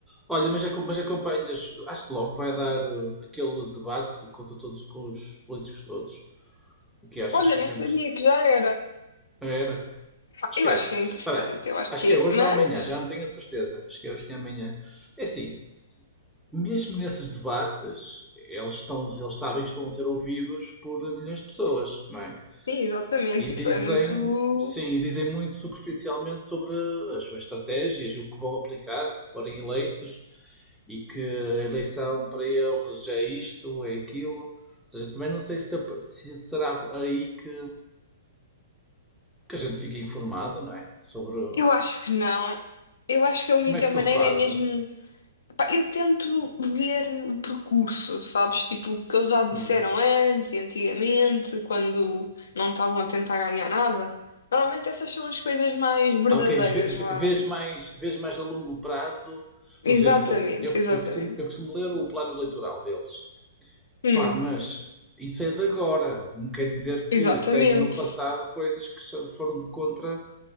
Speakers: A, in the centre; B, on the left.
A: Olha, mas, acom- mas acompanhas, acho que logo vai dar uh, aquele debate contra todos, com os políticos todos. O que achas
B: Olha,
A: que
B: nem
A: isso
B: sabia
A: é entre...
B: que já era.
A: Ah, Era? Acho
B: Eu
A: que é.
B: acho que é interessante,
A: Peraí,
B: eu acho
A: acho
B: que
A: que é hoje
B: é. Mas.
A: ou amanhã, já não tenho a certeza. Acho que é hoje que é amanhã. É assim, mesmo nesses debates, eles estão, eles sabem que estão a ser ouvidos por milhões de pessoas, não é?
B: Sim, exatamente.
A: E dizem,
B: Aquilo é muito.
A: sim, e dizem muito superficialmente sobre as suas estratégias, o que vão aplicar se forem eleitos e que a eleição para eles é isto, é aquilo. Ou seja, também não sei se, se será aí que, que a gente fica informado, não é? Sobre
B: Eu acho que não. Eu acho que a única
A: como é que
B: maneira
A: tu fazes.
B: é mesmo. Pá, eu tento ver o percurso, sabes? Tipo, o que eles já disseram
A: Hum.
B: antes e antigamente, quando não estavam a tentar ganhar nada. Normalmente essas são as coisas mais verdadeiras
A: Ah, ok, vê- vê-
B: lá.
A: vês mais, vês mais a longo prazo.
B: Exatamente,
A: Por exemplo, eu,
B: exatamente.
A: eu costumo, eu costumo ler o plano eleitoral deles.
B: Hum,
A: Pá, mas isso é de agora. Não quer dizer que
B: exatamente,
A: tenha no passado coisas que só foram de contra,